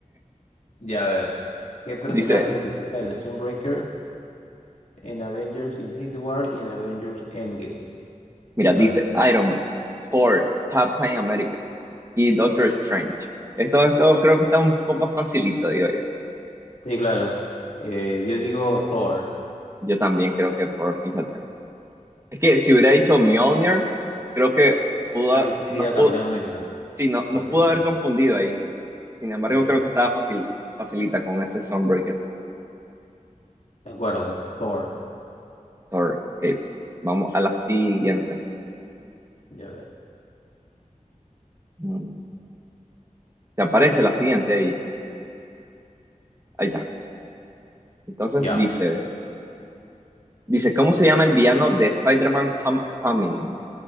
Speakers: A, on the left (about 65°); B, on the right (about 20°).
A: ya a ver. ¿Qué personaje
B: Dice,
A: utiliza el Stormbreaker en Avengers Infinity War y en Avengers Endgame?
B: mira,
A: A
B: dice
A: ver.
B: Iron Man, Thor, Captain America y Doctor Strange. Esto, esto creo que está un poco facilito, digo yo.
A: Sí, claro. Eh, yo digo Thor.
B: Yo también creo que Thor, fíjate. Es que si hubiera dicho Mjolnir, creo que pudo,
A: Ahí
B: ha-
A: sí sería
B: nos pudo,
A: Capitán América.
B: sí, no, nos
A: Podría
B: pudo
A: ser.
B: haber confundido ahí. Sin embargo,
A: Sí, de
B: creo que estaba fácil, facilita con ese Sunbreaker.
A: acuerdo. Thor.
B: Thor. Ok, vamos a la siguiente.
A: Ya ver.
B: Mm, Te aparece la siguiente ahí. Ahí está. Entonces
A: Ya.
B: dice, dice, ¿cómo se llama el villano de Spider-Man Homecoming?